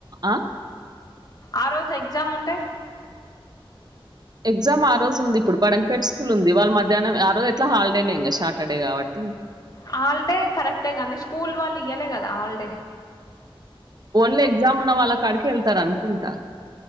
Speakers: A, on the right (about 45°); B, on the left (about 45°).
A: అ
B: ఆ రోజు ఎగ్జామ్ ఉంటే
A: ఎగ్జామ్ ఆరోజు ఉంది ఇప్పుడు పడాక్ పేట్ స్కూల్ ఉంది వాళ్ళ మధ్యాహ్నం ఆ రోజుట్లా హాలిడేనే ఇక సాటర్డే కాబట్టి
B: హాలిడే కరెక్టే కానీ స్కూల్ వాళ్ళు ఇయ్యలే కదా హాలిడే
A: ఓన్లీ ఎగ్జామ్ ఉన్న వాళ్ళక్కక్కడికి వెళ్తారు అనుకుంటా